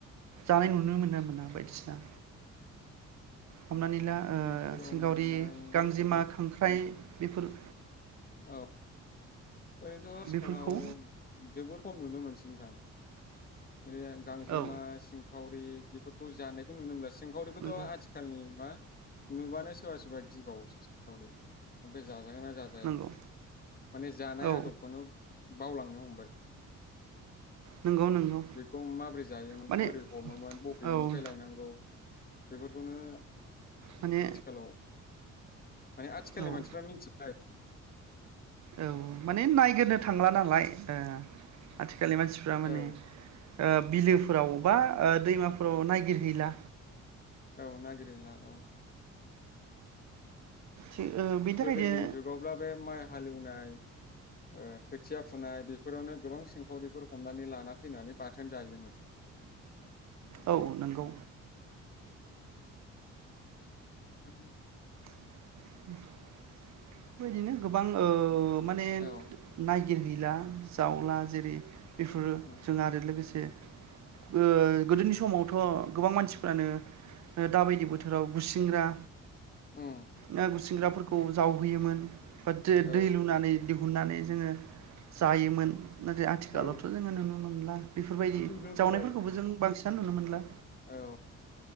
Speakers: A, on the right (about 65°); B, on the left (about 30°).
A: जानाय नुनो मोनो मोना बायदिसिना। हमनानै ला ओ
B: दैफोराव
A: सिंखावरि
B: मोननाय
A: गांजेमा खांखो फ्राय बेफोर।
B: औ। ओरैनोथ' आथिखालाव
A: बेफोरखौ
B: जोबद खम नुनो मोनसै नोंथां। <unintelligible> गांजेमा
A: औ
B: सिंखावरि बेफोर खौ जानायखौ नुनो <unintelligible> सिंखावरिखौथ'
A: नंगौ
B: आथिखालनि मा नुबानो सोरबा सोरबा गिबावोसो सिंखावरि बे जाजागोन ना जाया
A: नंगौ
B: माने जानाय
A: औ
B: आदबखौनो बावलांनो हमबाय।
A: नंगौ नंगौ
B: बेखौ माबोरै जायोमोन
A: माने
B: बोरै हमोमोन बबेनिफ्राय
A: औ
B: लायनांगौ। बेफोरखौनो
A: माने
B: आथिखालाव माने आथिखालनि
A: औ
B: मानसिफ्रा <unintelligible> <inaudible>
A: औ माने नायगिरनो थांला नालाय ओ आथि खालनि मानसिफ्रा माने
B: औ
A: ओ बिलोफोराव बा ओ दैमाफोराव नायगिरहैला।
B: औ नागिर हैला औ।
A: थि ओ बेनि थाखायनो
B: गोदोनि जुगावब्ला बे माइ हालेवनाय। ओ खोथिया फुनाय बेफोरावनो गोबां सिंखावरिफोर हमनानै लाना फैनानै। बाथोन जायोमोन।
A: औ नंगौ
B: उम।
A: <inaudible> बेबायदिनो गोबां ओ माने
B: औ
A: नायगिर ला जावला जेरै बेफोरो
B: उम
A: जों आरो लोगोसे ओ गोदोनि समावथ' गोबां मानसिफ्रानो दाबायदि बोथोराव गुसिंग्रा
B: उम।
A: ना गुरसिंग्राफोरखौ जावहोयोमोन। बा दो
B: औ
A: दै लुनानै दिहुन हुननानै जोङो जायोमोन। नाथाय आथिखालावथ'
B: औ
A: जोङो नुनो नुनो मोनला। बेफोरबायदि
B: नुनो मोनला
A: जावनायफोरखौबो
B: आरो
A: जों बांसिन दा नुनो मोनला।
B: नोंथां औ